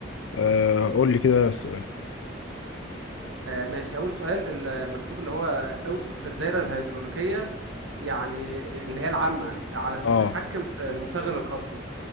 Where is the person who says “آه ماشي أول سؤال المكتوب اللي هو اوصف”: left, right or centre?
Right